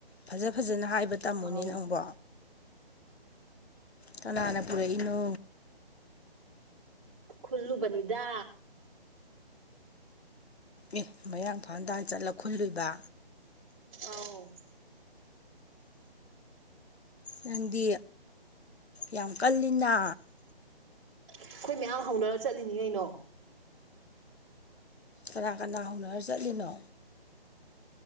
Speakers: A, on the left; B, on the right.
A: ꯐꯖ ꯐꯖꯅ ꯍꯥꯏꯕ ꯇꯝꯃꯨꯅꯦ
B: ꯑꯧ
A: ꯅꯪꯕꯣ ꯀꯅꯥꯅ ꯄꯨꯔꯛꯏꯅꯣ
B: ꯈꯨꯜꯂꯨꯕꯅꯤꯗ
A: ꯑꯦ ꯃꯌꯥꯡ ꯏꯝꯐꯥꯜ ꯇꯥꯅꯥ ꯆꯠꯂ ꯈꯨꯜꯂꯨꯏꯕ
B: ꯑꯥꯎ
A: ꯅꯪꯗꯤ ꯌꯥꯝ ꯀꯜꯂꯤꯅ
B: ꯑꯩꯈꯣꯏ ꯃꯌꯥꯝ ꯍꯧꯅꯔ ꯆꯠꯂꯤꯅꯤ ꯀꯩꯅꯣ
A: ꯀꯅꯥ ꯀꯅꯥ ꯍꯧꯅꯔ ꯆꯠꯂꯤꯅꯣ